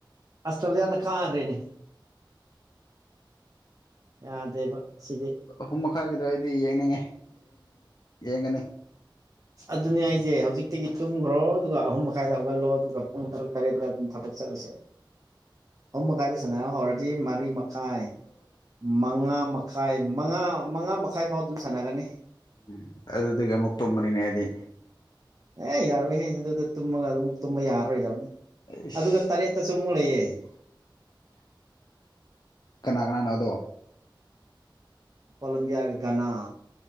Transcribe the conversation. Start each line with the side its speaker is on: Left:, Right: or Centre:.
Right: ꯑꯁꯇ꯭ꯔꯗ ꯑꯅ ꯀꯥꯒꯔꯦꯅꯦ ꯌꯥꯗꯦꯕ ꯁꯤꯗꯤ
Left: ꯍꯨꯝ ꯃꯈꯥꯏꯒꯤꯗꯣ ꯑꯩꯗꯤ ꯌꯦꯡꯅꯤꯡꯉꯦ ꯌꯦꯡꯒꯅꯤ
Right: ꯑꯗꯨꯅꯦ ꯑꯩꯁꯦ ꯍꯧꯖꯤꯛꯇꯒꯤ ꯇꯨꯝꯈ꯭ꯔꯣ ꯑꯗꯨꯒ ꯑꯍꯨꯝ ꯃꯈꯥꯏꯗ ꯍꯧꯒꯠꯂꯣ ꯑꯗꯨꯒ ꯄꯨꯡ ꯇꯔꯨꯛ ꯇꯔꯦꯠꯇ ꯑꯗꯨꯝ ꯊꯕꯛ ꯆꯠꯂꯁꯦ ꯑꯍꯨꯝ ꯃꯈꯥꯏꯗ ꯁꯅ ꯍꯧꯔꯗꯤ ꯃꯔꯤ ꯃꯈꯥꯏ ꯃꯉꯥ ꯃꯈꯥꯏ ꯃꯉꯥ ꯃꯉꯥ ꯃꯈꯥꯏ ꯐꯥꯎ ꯑꯗꯨꯝ ꯁꯥꯟꯅꯒꯅꯤ
Left: ꯎꯝ ꯑꯗꯨꯗꯒꯤ ꯑꯃꯨꯛ ꯇꯨꯝꯒꯅꯤꯅꯦ ꯍꯥꯏꯗꯤ
Right: ꯑꯦ ꯌꯥꯔꯣꯏꯍꯌꯦ ꯑꯗꯨꯗ ꯇꯨꯝꯃꯒ ꯑꯗꯨ ꯑꯃꯨꯛ ꯇꯨꯝꯕ ꯌꯥꯔꯔꯣꯏꯗꯅꯤ
Left: ꯏꯁ
Right: ꯑꯗꯨꯒ ꯇꯔꯦꯠ ꯁꯨ ꯃ ꯂꯩꯌꯦ
Left: ꯀꯅꯥ ꯀꯅꯥꯅꯣ ꯑꯗꯣ
Right: ꯀꯣꯂꯣꯝꯕꯤꯌꯥꯒꯤ ꯀꯅꯥ